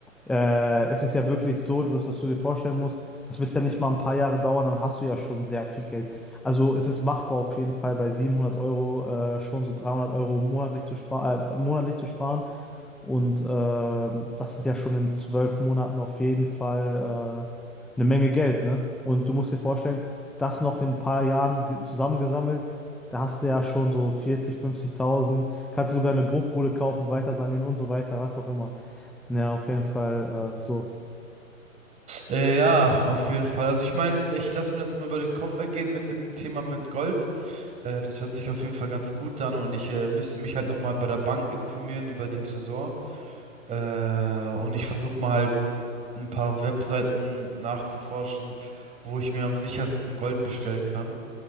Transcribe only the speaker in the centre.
äh, es ist ja wirklich so, dass, dass du dir vorstellen musst, das wird ja nicht mal ein paar Jahre dauern, dann hast du ja schon sehr viel Geld. Also es ist machbar auf jeden Fall bei 700 Euro äh, schon so 300 Euro monatlich zu sparen, äh, monatlich zu sparen Und äh, das sind ja schon in zwölf Monaten auf jeden Fall äh, eine Menge Geld, ne? Und du musst dir vorstellen, das noch in ein paar Jahren ge- zusammengesammelt, da hast du ja schon so 40, 50.000, kannst du sogar eine Bruchbude kaufen, weiter sanieren und so weiter, was auch immer. Ja, auf jeden Fall äh, so.